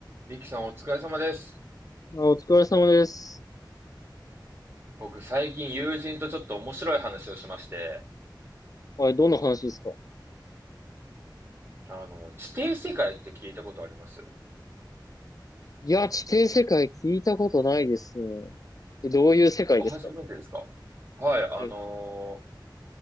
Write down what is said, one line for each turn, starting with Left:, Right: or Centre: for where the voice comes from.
Right: リキさんお疲れ様です。
Left: あ、お疲れ様です。
Right: 僕最近友人とちょっと面白い話をしまして、
Left: はい、どんな話ですか
Right: あの、地底世界って聞いたことあります
Left: いや、地底世界聞いたことないですね。え、どういう世界ですかは
Right: あ、初めてですかはい、あの
Left: い。